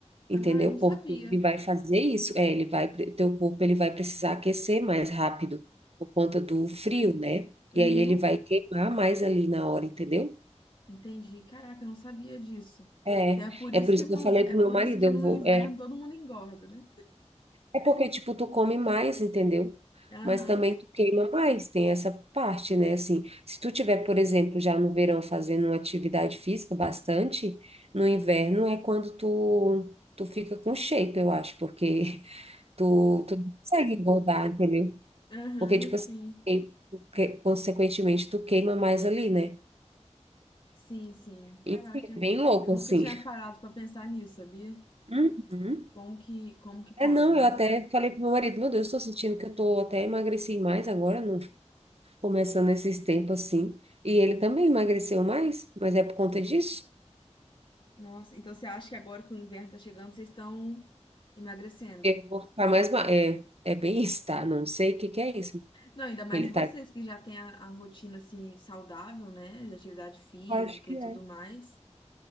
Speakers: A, on the right (about 55°); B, on the left (about 40°).
A: Entendeu?
B: Ah, eu não
A: Porque
B: sabia.
A: ele vai fazer isso, é, ele vai, pre- teu corpo ele vai precisar aquecer mais rápido por conta do frio, né?
B: Uhum,
A: E aí ele vai queimar mais ali na hora, entendeu?
B: entendi. Caraca, eu não sabia disso.
A: É,
B: Então é por
A: é
B: isso
A: por
B: que
A: isso
B: no,
A: que eu falei
B: é
A: pro
B: por
A: meu marido,
B: isso que
A: eu
B: no
A: vou,
B: inverno
A: é,
B: todo mundo engorda, né?
A: É porque, tipo, tu come mais, entendeu?
B: Aham,
A: Mas também tu queima mais, tem essa parte, né? Assim, se tu tiver, por exemplo, já no verão fazendo uma atividade física bastante, no inverno é quando tu, tu fica com shape, eu acho, porque <laughs> tu, tu não consegue engordar, entendeu?
B: aham,
A: Porque, tipo assim,
B: sim.
A: e tu que- consequentemente, tu queima mais ali, né?
B: Sim, sim. Caraca,
A: Enfim, é bem louco,
B: eu nunca
A: assim.
B: tinha parado pra pensar nisso, sabia?
A: Uhum.
B: Como que, como que pode,
A: É, não,
B: né?
A: eu até falei pro meu marido, meu Deus, estou sentindo que eu tô até emagreci mais agora, começando esses tempos assim. E ele também emagreceu mais, mas é por conta disso.
B: Nossa, então você acha que agora que o inverno tá chegando, vocês estão emagrecendo?
A: Eu vou ficar mais. ma- É, é bem isso, tá? Não sei o que que é isso.
B: Não, ainda mais
A: Ele
B: vocês
A: tá.
B: que já têm a, a rotina assim saudável, né? De atividade física
A: Acho que
B: e
A: é.
B: tudo mais.